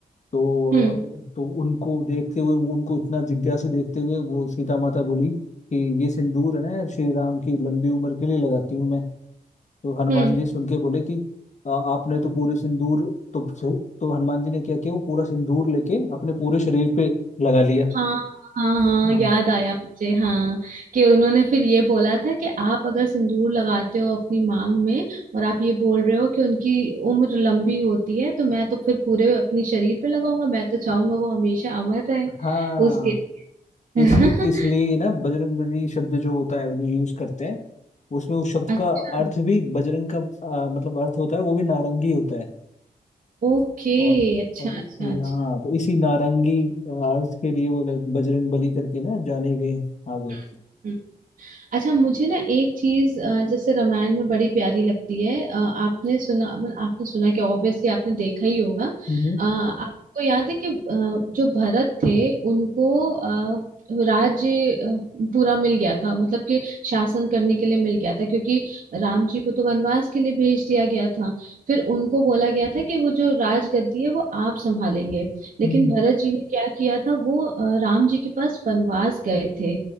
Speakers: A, on the left; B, on the right.
A: तो
B: हम्म
A: तो उनको देखते हुए वो उनको इतना जिज्ञासु देखते हुए वो सीता माता बोली कि ये सिंदूर है ना यार श्री राम की लंबी उम्र के लिए लगाती हूँ मैं तो हनुमान
B: हम्म
A: जी सुन के बोले कि "आ- आपने तो पूरे सिंदूर तो तो हनुमान जी ने क्या किया वो पूरा सिंदूर लेके अपने पूरे शरीर पे लगा लिया
B: हाँ हाँ हाँ
A: हाँ
B: याद आया मुझे हाँ कि उन्होंने फिर ये बोला था कि आप अगर सिंदूर लगाते हो अपनी मांग में और आप ये बोल रहे हो कि उनकी उम्र लंबी होती है तो मैं तो फिर पूरे अपने शरीर पे लगाऊंगा मैं तो चाहूंगा वो हमेशा अमर रहे
A: हाँ
B: उसके लिए
A: इसलिए
B: <laughs>
A: इसलिए ना बजरंगबली शब्द जो होता है जो यूज करते हैं उसमें उस शब्द
B: अच्छा
A: का अर्थ भी बजरंग का आ, मतलब अर्थ होता है वो भी नारंगी होता है
B: ओके
A: और
B: अच्छा
A: और
B: अच्छा
A: यहाँ
B: अच्छा
A: तो इसी नारंगी आ, अर्थ के लिए वो लाइक बजरंग बली करके ना जाने गए आगे
B: हम्म। अच्छा मुझे ना एक चीज अ, जैसे रामायण में बड़ी प्यारी लगती है अ, आपने सुना मतलब आपने सुना कि ऑब्वियसली आपने देखा ही होगा
A: हम्म हम्म
B: अ, आपको याद है कि अ, जो भरत थे उनको अ, राज्य अ, पूरा मिल गया था मतलब कि शासन करने के लिए मिल गया था क्योंकि राम जी को तो वनवास के लिए भेज दिया गया था फिर उनको बोला गया था कि वो जो राजगद्दी है वो आप संभालेंगे लेकिन
A: हम्म,
B: भरत जी ने क्या किया था वो अ, राम जी के पास वनवास गए थे